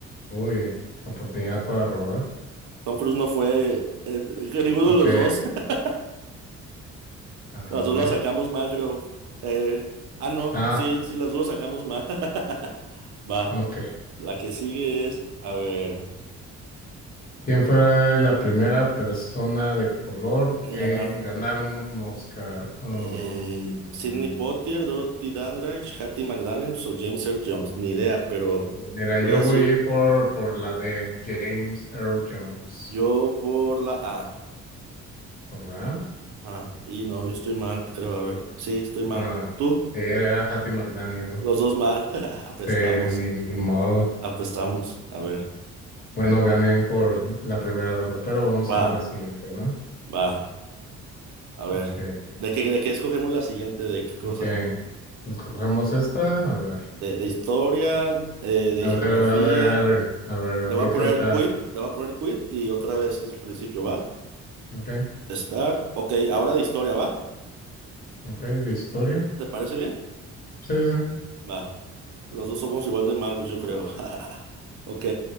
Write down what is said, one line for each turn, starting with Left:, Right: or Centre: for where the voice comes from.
Left: Uy, oportunidad para robar.
Right: Tom Cruise no fue. eh, que ninguno
Left: Ok,
Right: de los dos. <laughs>
Left: a
Right: Las
Left: ver.
Right: dos las sacamos mal, creo. Eh, ah, no.
Left: Ah,
Right: Sí, sí, las dos las sacamos mal. <laughs> Va.
Left: ok.
Right: La que sigue es. A ver.
Left: ¿Quién fuera la primera persona de color
Right: En
Left: en
Right: ganar.
Left: ganar un, un Oscar? Um,
Right: Eh, Sidney Poitier, Dorothy Dandridge, Hattie McDaniels o James Earl Jones. Ni idea, pero
Left: Mira,
Right: voy
Left: yo
Right: a decir
Left: voy a ir por, por la de James Earl Jones.
Right: yo por la A.
Left: Por la A.
Right: Ah, y no, yo estoy mal, creo. A ver. Sí, estoy mal.
Left: Ah,
Right: ¿Tú?
Left: era Hattie McDaniel.
Right: Los dos mal. <laughs> Apestamos,
Left: Eh, ni, ni modo.
Right: apestamos. A ver,
Left: Bueno, gané por la primera ronda, pero vamos
Right: va,
Left: con la siguiente, ¿no?
Right: va. A ver,
Left: Que
Right: ¿de qué, de qué escogemos la siguiente? ¿De qué cosa?
Left: que Escogemos esta. A ver.
Right: ¿De, de historia? eh, ¿de
Left: A
Right: geografía?
Left: ver, a ver, a ver. A ver,
Right: Le
Left: ahorita,
Right: voy a poner
Left: ahorita.
Right: quit, le voy a poner quit y otra vez desde el principio, ¿va?
Left: Ok,
Right: Start. Ok, ahora de historia, ¿va?
Left: ok, de historia.
Right: ¿Te parece bien?
Left: Sí, sí.
Right: Va. Los dos somos igual de malos, yo creo. <laughs> Ok.